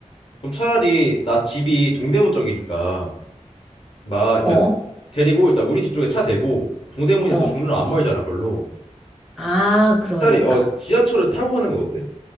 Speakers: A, on the left; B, in the centre.
A: 그럼 차라리 나 집이 동대문 쪽이니까 나 그러니까
B: 어,
A: 데리고 일단 우리 집 쪽에 차 대고 동대문이랑
B: 어.
A: 또 종로 안 멀잖아 걸로
B: 아, 그러면
A: 차라리
B: 되겠다.
A: 어 지하철을 타고 가는 건 어때?